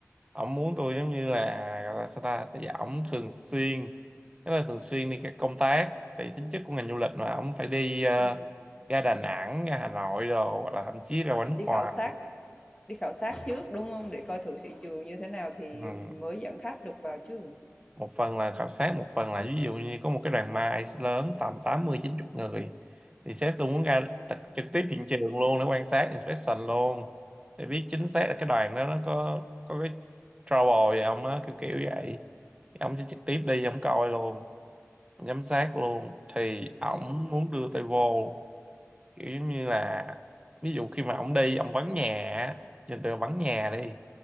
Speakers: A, on the right (about 20°); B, on the left (about 15°).
A: ổng muốn tôi giống như là gọi là sao ta bây giờ ổng thường xuyên tức là thường xuyên đi các công tác tại tính chất của ngành du lịch mà ổng phải đi ờ,
B: ừ,
A: ra Đà Nẵng ra Hà Nội đồ hoặc là thậm chí
B: ừ.
A: ra ngoài nước
B: Đi
A: ngoài
B: khảo sát, đi khảo sát trước đúng không? Để coi thử thị trường như thế nào thì,
A: ừ.
B: thì mới dẫn khách được vào chứ.
A: một phần là khảo sát một phần là ví dụ như có một cái đoàn mai lớn tầm tám mươi chín 90 người thì sếp tôi muốn ra t- trực tiếp hiện trường luôn để quan sát inspection luôn để biết chính xác là cái đoàn đó nó có có cái trouble gì không á kiểu kiểu vậy Thì ông sẽ trực tiếp đi ông coi luôn ông giám sát luôn thì ổng
B: Ừ, ừ.
A: muốn đưa tay vô kiểu giống như là ví dụ khi mà ổng đi ổng vắng nhà á, nhìn từ vắng nhà đi